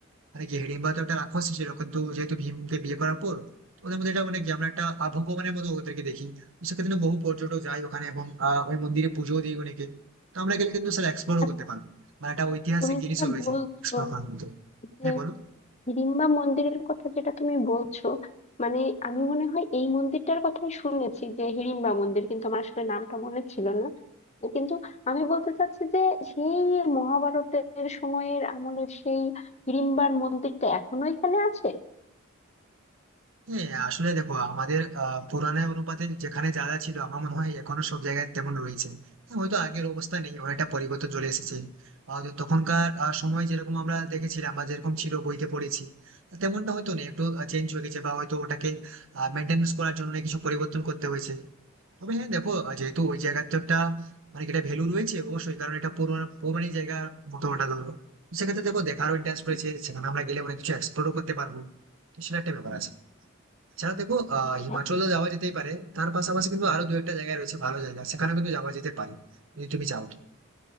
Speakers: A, on the right; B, on the left.
A: মানে কি হিড়িম্বা তো একটা রাক্ষসী ছিল কিন্তু যেহেতু ভীমকে বিয়ে করার পর তো ওদের মধ্যে এটা মানে কি আমরা একটা আহ, ভগবানের মতো ওদেরকে দেখি তো সেক্ষেত্রে বহু পর্যটক যায় ওখানে এবং আহ, ওই মন্দিরে পুজো দিই অনেকে তো আমরা গেলে কিন্তু স্যার এক্সপ্লোরও
B: আচ্ছা
A: করতে পারবো মানে একটা ঐতিহাসিক
B: তুমি
A: জিনিসও
B: যেটা
A: রয়েছে
B: বলছো
A: এক্সপ্লোর করার মতো
B: যে
A: হ্যাঁ বলো
B: হিড়িম্বা মন্দিরের কথা যেটা তুমি বলছো মানে আমি মনে হয় এই মন্দিরটার কথাই শুনেছি যে হিড়িম্বা মন্দির কিন্তু আমার আসলে নামটা মনে ছিল না কিন্তু আমি বলতে চাচ্ছি যে সেই মহাভারতের সময়ের আমলের সেই হিড়িম্বার মন্দিরটা এখনো এখানে আছে
A: হ্যাঁ আসলে দেখো আমাদের আহ পুরানের অনুপাতে যেখানে যা যা ছিল আমার মনে হয় এখনো সব জায়গায় তেমন রয়েছে হ্যাঁ, হয়তো আগের অবস্থা নেই অনেকটা পরিবর্তন চলে এসেছে আহ, তো তখনকার আহ, সময় যেরকম আমরা দেখেছিলাম বা যেরকম ছিল বইতে পড়েছি তেমনটা হয়তো নেই একটু চেঞ্জ হয়ে গেছে বা হয়তো ওটাকে মেনটেন্স করার জন্য কিছু পরিবর্তন করতে হয়েছে তবে হ্যাঁ দেখো আহ, যেহেতু ওই জায়গার তো একটা মানে কি এটা ভ্যালু রয়েছে অবশ্যই কারণ এটা পুরনো পুরনো জায়গার মতো ওটা ধরো সেক্ষেত্রে দেখো দেখারও ইন্টারেস্ট রয়েছে সেখানে আমরা গেলে অনেক কিছু এক্সপ্লোরও করতে পারবো তো সেটা একটা ব্যাপার আছে আচ্ছা দেখো আহ হিমাচল
B: হ্যাঁ,
A: তো যাওয়া যেতেই পারে তার পাশাপাশি কিন্তু আরো দু একটা জায়গা রয়েছে ভালো জায়গা সেখানে কিন্তু যাওয়া যেতে পারে যদি তুমি চাও